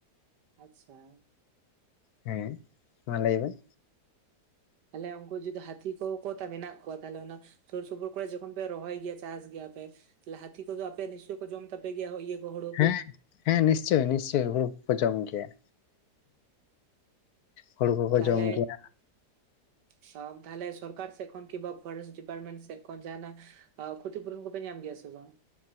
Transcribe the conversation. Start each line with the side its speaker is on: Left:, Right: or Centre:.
Right: ᱟᱪᱪᱷᱟ?
Left: ᱦᱮᱸ ᱢᱟ ᱞᱟᱹᱭ ᱵᱮᱱ?
Right: ᱛᱟᱦᱚᱞᱮ ᱩᱱᱠᱩ ᱡᱩᱫᱤ ᱦᱟᱹᱛᱷᱤ ᱠᱚᱠᱚ ᱛᱟ ᱢᱮᱱᱟᱜ ᱠᱚᱣᱟ ᱛᱟᱦᱚᱞᱮ ᱚᱱᱟ ᱥᱩᱨ ᱥᱩᱯᱩᱨ ᱠᱚᱨᱮ ᱡᱚᱠᱷᱚᱱ ᱯᱮ ᱨᱚᱦᱚᱭ ᱜᱮᱭᱟ ᱪᱟᱥ ᱜᱮᱭᱟ ᱯᱮ ᱦᱟᱛᱷᱤ ᱠᱚᱫᱚ ᱟᱯᱮ ᱱᱤᱥᱪᱳᱭ ᱠᱚ ᱡᱚᱢ ᱛᱟᱯᱮ ᱜᱮᱭᱟ ᱦᱚ ᱤᱭᱟᱹ ᱠᱚ ᱦᱳᱲᱳ
Left: ᱦᱮᱸ,
Right: ᱠᱚ
Left: ᱦᱮᱸ ᱱᱤᱥᱪᱚᱭ ᱱᱤᱥᱪᱚᱭ ᱦᱩᱲᱩ ᱠᱚᱠᱚ ᱡᱚᱢ ᱜᱮᱭᱟ᱾ ᱦᱩᱲᱩ ᱠᱚᱠᱚ
Right: ᱛᱟᱦᱚᱞᱮ
Left: ᱡᱚᱢ ᱜᱮᱭᱟ
Right: ᱥᱟᱵᱽ ᱛᱟᱦᱚᱞᱮ ᱥᱚᱨᱠᱟᱨ ᱥᱮᱜ ᱠᱷᱚᱱ ᱠᱤᱝᱵᱟ ᱯᱷᱚᱨᱮᱥ ᱰᱤᱯᱟᱨᱢᱮᱱ ᱥᱮᱜ ᱠᱷᱚᱱ ᱡᱟᱦᱟᱸᱱᱟᱜ ᱟ ᱠᱷᱚᱛᱤ ᱯᱩᱨᱚᱱ ᱠᱚᱯᱮ ᱧᱟᱢ ᱜᱮᱭᱟ ᱥᱮ ᱵᱟᱝ?